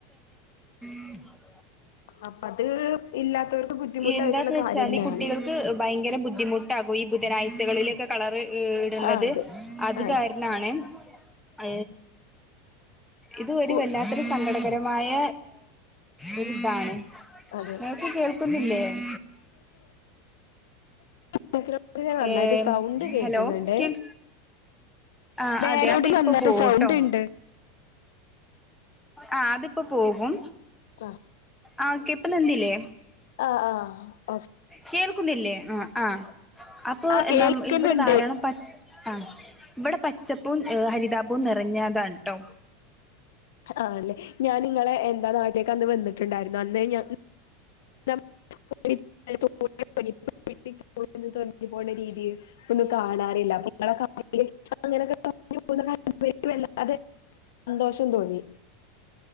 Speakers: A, in the centre; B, on the left.
A: ഉം <unintelligible>
B: അപ്പ അത് ഇല്ലാത്തവർക്ക് ബുദ്ധിമുട്ടായിട്ടുള്ള
A: എന്താന്ന് വെച്ചാല്
B: കാര്യല്ലാണ്
A: കുട്ടികൾക്ക് ഭയങ്കര ബുദ്ധിമുട്ടാകും ഈ ബുധനാഴ്ച കുട്ടികളിലേക്ക് കളർ ഇടുന്നത്
B: ആ അതെ
A: അത്
B: അതെ
A: കാരണാണ് അ ഇത്
B: സ്കൂ
A: വല്ലാത്തൊരു സങ്കടം രമായ ് ഇതാണ് <unintelligible>
B: അതെ
A: നിനക്ക് കേൾക്കുന്നില്ലേ <inaudible>
B: മറ്റ് ഒരാൾക്ക് നന്നായിട്ട്
A: ഏഹ്
B: സൗണ്ട് കേക്കുന്നുണ്ടേ
A: ഹലോ കേൾ ആഹ്
B: വേറെടിൽ
A: അതെ അതിപ്പോ
B: വന്നിട്ട്
A: പോവുട്ടോ
B: സൗണ്ട് ഉണ്ട്
A: ആഹ അതിപ്പോ പോകും
B: ആ
A: ആക്കെ ഇപ്പ നിന്നില്ലേ
B: ആഹ ആഹ
A: കേൾക്കുന്നില്ലേ ആ ആ അപ്പൊ
B: ആഹ്
A: എന്ന
B: കേൾക്കുന്നുണ്ട്
A: ഇവിടെ ധാരാളം പട്ട് ആ ഇവിടെ പച്ചപ്പും ഹരിതാപവും നിറഞ്ഞതാണ് ട്ടോ
B: ആല്ലേ ഞാൻ നിങ്ങളെ എന്താ നാട്ടിലേക്ക് അന്ന് വന്നിട്ടുണ്ടായിരുന്നു അന്ന് ഞ് നാം ഒ വിൽതാ ഒയവിത് പനിയും പി തിക്ക് പോയി നിന്നും നന്നിരീതില്ല പോണ്ട രീതിയെ ഒന്നും കാണാറില്ല അപ്പൊ ഇങ്ങളെ അപ്പൊ ഇങ്ങനെയൊക്കെ <inaudible> അവർക്ക് വല്ലാതെ സന്തോഷം തോന്നി